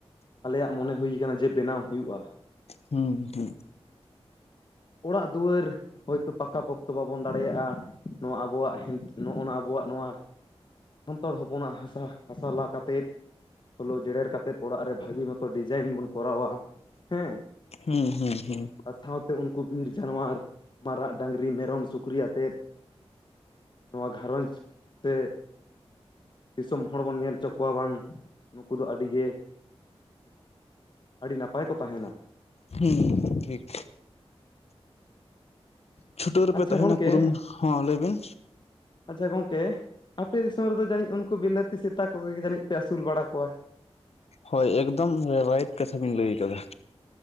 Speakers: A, on the left; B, on the left.
A: ᱟᱞᱮᱭᱟᱜ ᱢᱚᱱᱮ ᱦᱩᱭ ᱠᱟᱱᱟ ᱡᱮ ᱵᱮᱱᱟᱣ ᱦᱩᱭᱩᱜ-ᱟ᱾
B: ᱦᱩᱸ ᱦᱩᱸᱜ
A: ᱚᱲᱟᱜ ᱫᱩᱣᱟᱹᱨ ᱦᱳᱭᱛᱳ ᱯᱟᱠᱟ ᱯᱚᱠᱛᱚ ᱵᱟᱵᱚᱱ ᱫᱟᱲᱮᱭᱟᱜ-ᱟ᱾ ᱱᱚᱣᱟ ᱟᱵᱚᱣᱟᱜᱫ ᱱᱚᱜ-ᱚ ᱱᱟ ᱟᱵᱚᱣᱟᱜ ᱱᱚᱣᱟ᱾ ᱥᱟᱱᱛᱟᱲ ᱦᱚᱯᱚᱱᱟᱜ ᱦᱟᱥᱟ ᱦᱟᱥᱟ ᱞᱟ ᱠᱟᱛᱮᱫ᱾ ᱯᱷᱩᱞᱳᱣ ᱡᱮᱨᱮᱲ ᱠᱟᱛᱮᱫ ᱚᱲᱟᱜ ᱨᱮ ᱵᱷᱟᱹᱜᱤ ᱢᱚᱛᱚ ᱰᱤᱡᱟᱭᱤᱱ ᱵᱚᱱ ᱠᱚᱨᱟᱣᱟ ᱦᱮᱸ᱾
B: ᱦᱩᱸ ᱦᱩᱸ ᱦᱩᱸ
A: ᱥᱟᱟᱶᱛᱮ ᱩᱱᱠᱩ ᱵᱤᱨ ᱡᱟᱱᱣᱟᱨ ᱢᱟᱨᱟᱜ, ᱰᱟᱹᱟᱝᱨᱤ, ᱢᱮᱨᱚᱢ, ᱥᱩᱠᱨᱤ, ᱭᱟᱛᱮᱫ ᱱᱚᱣᱟ ᱜᱷᱟᱨᱚᱸᱡᱽ ᱛᱮ ᱫᱤᱥᱚᱢ ᱦᱚᱲ ᱵᱚᱱ ᱧᱮᱞ ᱦᱚᱪᱚ ᱠᱚᱣᱟ ᱵᱟᱝ ᱱᱩᱠᱩ ᱫᱚ ᱟᱹᱰᱤ ᱜᱮ ᱟᱹᱰᱤ ᱱᱟᱯᱟᱭ ᱠᱚ ᱛᱟᱦᱮᱱᱟ᱾
B: ᱦᱩᱸ ᱴᱷᱤᱠ᱾ ᱪᱷᱩᱴᱟᱹᱣ ᱨᱮᱯᱮ
A: ᱟᱪᱪᱷᱟ
B: ᱛᱟᱦᱮᱱᱟ
A: ᱜᱚᱝᱠᱮ
B: ᱠᱩᱨᱩᱢᱩᱴᱩ ᱦᱚᱸ ᱞᱟᱹᱭ ᱵᱤᱱ᱾
A: ᱟᱪᱪᱷᱟ ᱜᱚᱝᱠᱮ, ᱟᱯᱮ ᱫᱤᱥᱚᱢ ᱨᱮᱫᱚ ᱡᱟᱹᱱᱤᱡ ᱩᱱᱠᱩ ᱵᱤᱞᱟᱹᱛᱤ ᱥᱮᱛᱟ ᱠᱚᱜᱮ ᱡᱟᱹᱱᱤᱡ ᱯᱮ ᱟᱹᱥᱩᱞ ᱵᱟᱲᱟ ᱠᱚᱣᱟ?
B: ᱦᱚᱭ ᱮᱠᱫᱚᱢ ᱨᱟᱭᱤᱴ ᱠᱟᱛᱷᱟ ᱵᱤᱱ ᱞᱟᱹᱭ ᱠᱟᱫᱟ᱾